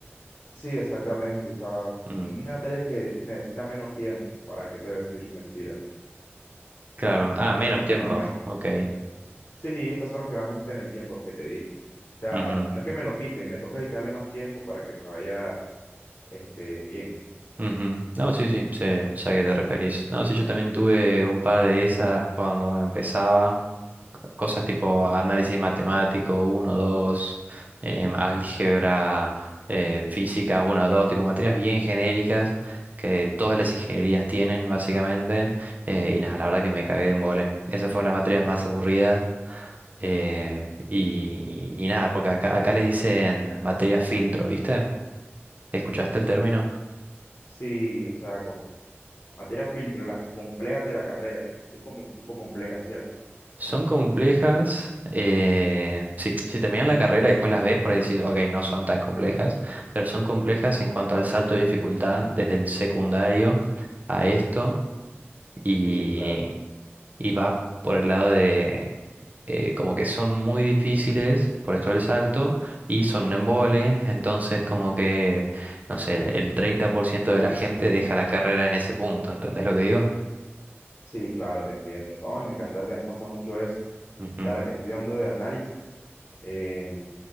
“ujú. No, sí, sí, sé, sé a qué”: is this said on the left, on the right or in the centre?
Right